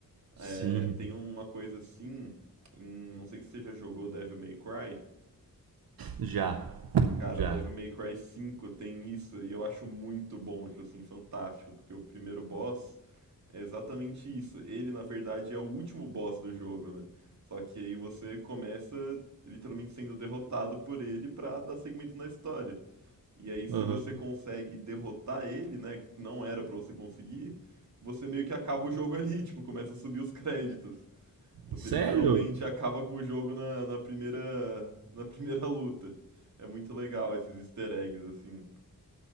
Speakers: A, on the right (about 55°); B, on the right (about 80°).
A: É,
B: Sim.
A: tem uma coisa assim, em- não sei se você já jogou Devil May Cry.
B: Já.
A: Cara,
B: Já.
A: Devil May Cry 5 tem isso e eu acho muito bom, tipo assim, fantástico, porque o primeiro boss é exatamente isso. Ele, na verdade, é o último boss do jogo, né? Só que aí você começa literalmente sendo derrotado por ele pra dar segmento na história. E aí, se
B: Aham.
A: você consegue derrotar ele, né, que não era pra você conseguir, você meio que acaba o jogo ali, <laughs> tipo, começa a subir os créditos. Você
B: Sério?
A: literalmente acaba com o jogo na, na primeira, na primeira luta. É muito legal esses easter eggs, assim.